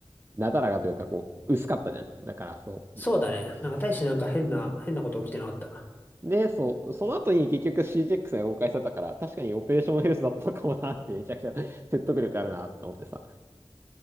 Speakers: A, on the right; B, on the left.
A: なだらかというか、こう、薄かったじゃん。だから、そう。
B: そうだね。なんか大してなんか変な、変なこと起きてなかった。
A: で、そう、その後に結局 CGX が公開されたから、確かにオペレーションヘルスだったのかもなって、めちゃくちゃ <laughs> 説得力あるなって思ってさ。